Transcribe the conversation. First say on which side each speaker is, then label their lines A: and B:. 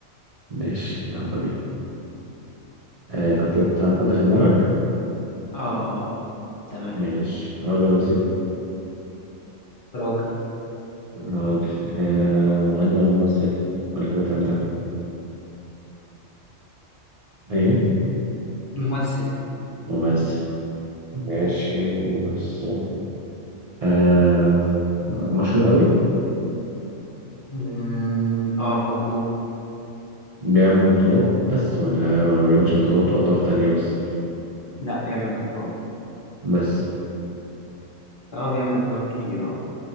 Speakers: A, on the right; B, on the left.
A: ماشي يلا بينا آه، حطيت حد في دماغك
B: اه اه تمام
A: ماشي راجل ولا ست
B: راجل
A: راجل آه مغني ولا ممثل ولا حاجة تالتة ايه
B: ممثل
A: ممثل ماشي ممثل آه مشهور قوي
B: مم، اه مشهور
A: بيعمل بطولات بس ولا ولا ما بيعملش بطولات وأدوار تانية بس
B: لا بيعمل بطولات
A: بس
B: اه بيعمل بطولات كتير اه